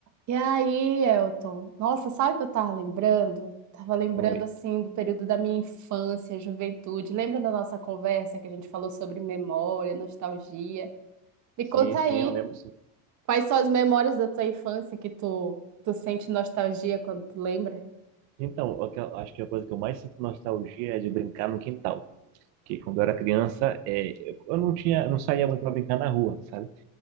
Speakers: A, on the right; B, on the right.
A: E aí, Elton? Nossa, sabe o que eu tava lembrando? Tava lembrando
B: Foi.
A: assim do período da minha infância, juventude. Lembra da nossa conversa que a gente falou sobre memória, nostalgia? Me
B: Sim,
A: conta
B: sim,
A: aí,
B: eu lembro sim.
A: quais são as memórias da tua infância que tu, tu sente nostalgia quando tu lembra?
B: Então, o que eu- acho que a coisa que eu mais sinto nostalgia é de brincar no quintal. Porque quando eu era criança, é, eu eu não tinha, eu não saía muito para brincar na rua, sabe?